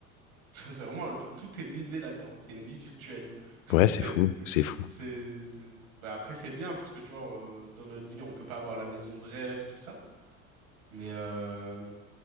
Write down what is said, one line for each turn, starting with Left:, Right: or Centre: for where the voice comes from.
Right: <laughs> C'est vraiment. le- Tout est misé là-dedans. C'est une vie virtuelle.
Left: Ouais, c'est
Right: <laughs>
Left: fou, c'est fou.
Right: C'est, c'est- bah, après, c'est bien parce que tu vois, euh, dans notre vie, on peut pas avoir la maison de rêve, tout ça. Mais euh,